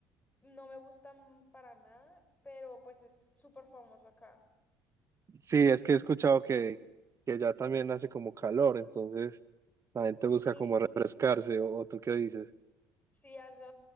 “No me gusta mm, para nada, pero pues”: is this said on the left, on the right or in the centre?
Left